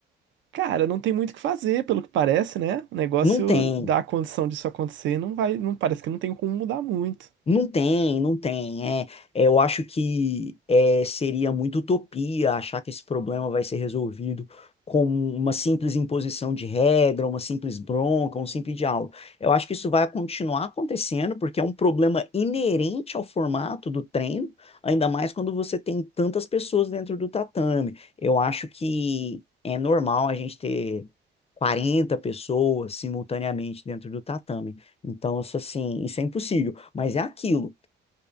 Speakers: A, on the right; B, on the left.
A: Cara, não tem muito o que fazer, pelo que parece, né? O negócio
B: não tem.
A: da condição disso acontecer não vai, não parece que não tem como mudar muito.
B: Não tem, não tem. É, é, eu acho que é, seria muito utopia achar que esse problema vai ser resolvido com uma simples imposição de regra, uma simples bronca, um simples diálogo. Eu acho que isso vai continuar acontecendo, porque é um problema inerente ao formato do treino, ainda mais quando você tem tantas pessoas dentro do tatame. Eu acho que é normal a gente ter 40 pessoas simultaneamente dentro do tatame. Então, isso assim, isso é impossível. Mas é aquilo.